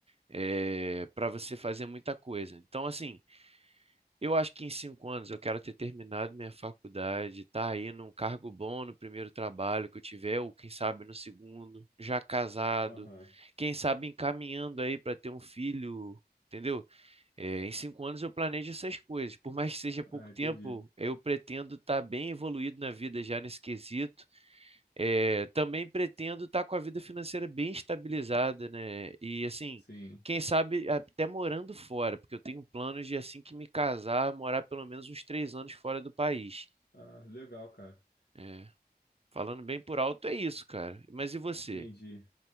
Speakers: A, on the right; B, on the left.
A: É, para você fazer muita coisa. Então, assim. Eu acho que em cinco anos eu quero ter terminado minha faculdade, tá aí num cargo bom no primeiro trabalho que eu tiver, ou quem sabe no segundo, já casado,
B: aham.
A: quem sabe encaminhando aí para ter um filho, entendeu? É, em cinco anos eu planejo essas coisas. Por mais que seja pouco
B: Ah, entendi.
A: tempo, eu pretendo estar bem evoluído na vida já nesse quesito é, também pretendo estar com a vida financeira bem estabilizada, né? E assim,
B: Sim.
A: quem sabe até morando fora, porque eu tenho planos de assim que me casar, morar pelo menos uns três anos fora do país.
B: Ah, legal, cara.
A: É, falando bem por alto, é isso, cara. Mas e você?
B: Entendi.